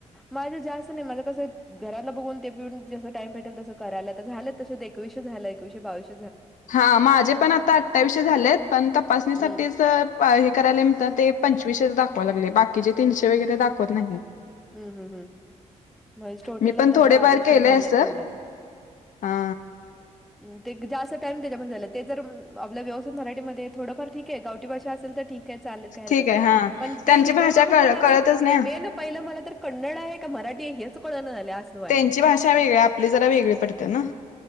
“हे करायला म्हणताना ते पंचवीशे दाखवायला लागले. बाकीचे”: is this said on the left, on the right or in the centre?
Left